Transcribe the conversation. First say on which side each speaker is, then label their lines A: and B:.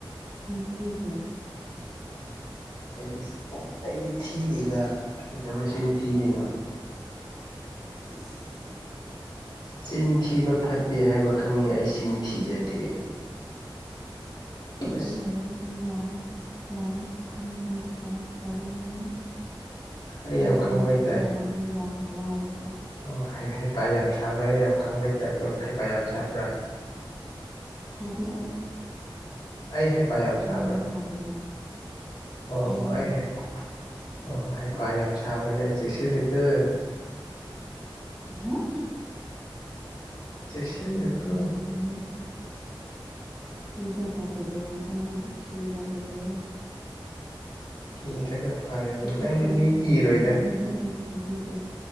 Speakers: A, in the centre; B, on the left.
A: ꯊꯤꯈ꯭ꯔꯣ
B: ꯑꯩꯗꯤ ꯑꯩꯗꯤ ꯊꯤꯗꯦꯗꯥ ꯀꯩꯗꯧꯕꯩ ꯆꯤꯟ ꯊꯤꯗꫭꯏꯅꯣ
A: ꯁꯤꯍ
B: ꯆꯤꯟ ꯊꯤꯕ ꯐꯠꯇꯦ ꯍꯥꯏꯕ ꯈꯪꯉꯤ ꯑꯩ ꯆꯤꯟ ꯊꯤꯖꯗꯦ
A: ꯑꯗꯨ
B: ꯑꯁ
A: ꯑꯣꯏꯔꯁꯨ ꯌꯥꯝ ꯌꯥꯝ ꯈꯪꯕꯖꯤ ꯇꯥꯏꯕ ꯇꯧꯒꯅꯨ
B: ꯑꯩ
A: ꯊꯤꯔꯒ
B: ꯌꯥꯝ ꯈꯪꯕꯩ
A: ꯊꯤꯗꯤ
B: ꯇꯥꯏ
A: ꯍꯥꯏꯕ ꯌꯥꯝ ꯂꯥꯏꯕꯅꯤ
B: ꯑꯣ ꯍꯩꯄꯥ ꯌꯥꯝ ꯁꯥꯕ꯭ꯔꯥ ꯌꯥꯝ ꯈꯪꯕꯩ ꯇꯥꯏꯞꯇꯣ ꯍꯩꯄꯥ ꯌꯥꯝ ꯁꯥꯕ꯭ꯔꯥ
A: ꯍꯥꯏꯗꯤ ꯑꯩ
B: ꯑꯩ ꯍꯥꯏꯄ ꯌꯥꯝ ꯁꯥꯕ꯭ꯔꯕ
A: ꯅꯪꯅꯦ ꯁꯥꯔꯤꯗꯣ
B: ꯍꯣꯏ
A: ꯁꯥꯏꯌꯦ
B: ꯍꯣꯏ ꯑꯩ ꯍꯥꯏꯄꯥ ꯑꯣ ꯍꯣ ꯍꯥꯏꯄ ꯌꯥꯝ ꯁꯥꯕꯅꯦ ꯆꯦꯛꯁꯂꯒ
A: ꯍꯥ
B: ꯆꯦꯛꯁꯤꯜꯂꯨꯀꯣ
A: ꯌꯥꯅꯣꯅꯦ ꯀꯖ ꯇꯕꯗꯣ ꯑꯩꯅ ꯀꯤꯗꯕꯗꯣ
B: ꯀꯤꯗꯔꯥ ꯐꯔꯦꯅꯦ
A: ꯁꯨꯀꯤ
B: ꯂꯪꯗꯤ
A: ꯀꯤꯗꯦ
B: ꯃꯤ ꯀꯔꯣꯏꯗ
A: ꯅꯪꯕꯨꯗꯤ ꯑꯩ ꯀꯤꯕꯤꯗꯦ